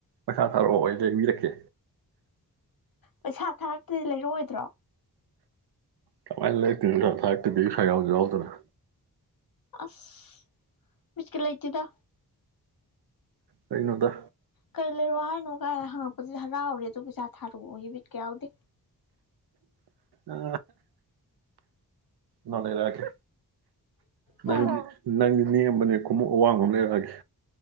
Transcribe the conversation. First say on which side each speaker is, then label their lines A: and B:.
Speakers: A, on the right; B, on the left.
A: ꯄꯩꯁꯥ ꯊꯥꯔꯛꯑꯣ ꯑꯩ ꯌꯦꯡꯕꯤꯔꯛꯀꯦ
B: ꯄꯩꯁꯥ ꯊꯥꯔꯛꯇꯗꯤ ꯂꯩꯔꯑꯣꯣꯏꯗ꯭ꯔꯣ
A: ꯀꯥꯏ ꯂ ꯊꯁ ꯌꯥꯖꯥꯎꯗ
B: ꯑꯁ ꯃꯁꯀꯤꯜ ꯂꯩꯇꯗ
A: ꯀꯩꯅꯣꯗ
B: ꯀꯂ ꯔꯨꯋꯥꯍꯟꯣꯒ ꯍꯥ ꯍꯧ ꯍꯔꯥꯎꯔꯦ ꯑꯗꯨ ꯄꯩꯁꯥ ꯊꯥꯔꯛꯑꯣ ꯌꯕꯤꯠ ꯀ ꯌꯥꯎꯗꯦ
A: ꯎ ꯅꯅꯦꯔꯀꯦ
B: ꯍꯥ
A: ꯅꯪ ꯅꯪ ꯑꯅꯦꯝꯕꯅꯦ ꯈꯣꯡꯎꯞ ꯑꯋꯥꯡꯕ ꯑꯃ ꯂꯩꯔꯛꯑꯒꯦ